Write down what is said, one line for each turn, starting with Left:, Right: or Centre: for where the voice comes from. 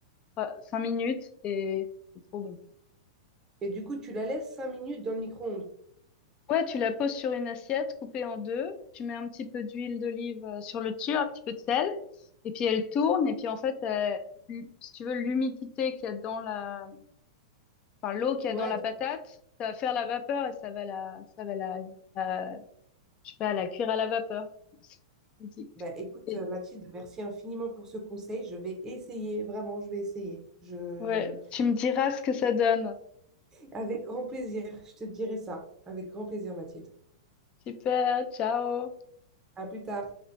Left: pas, 5 minutes et c'est trop bon.
Right: Et du coup, tu la laisses cinq minutes dans le micro-ondes.
Left: Ouais, tu la poses sur une assiette coupée en deux. Tu mets un petit peu d'huile d'olive euh, sur le dessus, un petit peu de sel. Et puis elle tourne. Et puis en fait, euh, l- si tu veux, l'humidité qu'il y a dans la, enfin l'eau qu'il
Right: Ouais,
Left: y a dans la
Right: donc-
Left: patate, ça va faire la vapeur et ça va la, ça va la, la- je sais pas, la cuire à la vapeur. <laughs>
Right: bah, écoute,
Left: Et-
Right: euh, Mathilde, merci infiniment pour ce conseil. Je vais essayer, vraiment, je vais essayer. Je...
Left: Ouais, tu me diras ce que ça donne.
Right: Avec grand plaisir, je te dirai ça. Avec grand plaisir, Mathilde.
Left: <laughs> Super, ciao.
Right: À plus tard.